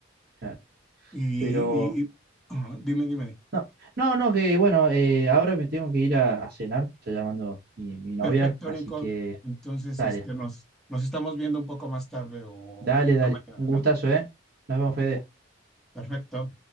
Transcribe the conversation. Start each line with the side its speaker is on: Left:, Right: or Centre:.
Right: Claro.
Centre: y-
Right: Pero,
Centre: y- ajá, dime, dime.
Right: no, no, no, que bueno, eh, ahora me tengo que ir a, a cenar, me está llamando mi, mi novia,
Centre: Perfecto,
Right: así
Centre: Nico.
Right: que
Centre: Entonces,
Right: dale,
Centre: este, nos, nos estamos viendo un poco más tarde o, o
Right: dale,
Centre: quizá
Right: dale.
Centre: mañana,
Right: Un gustazo,
Centre: ¿no?
Right: ¿eh? Nos vemos,
Centre: Ok,
Right: Fede.
Centre: perfecto.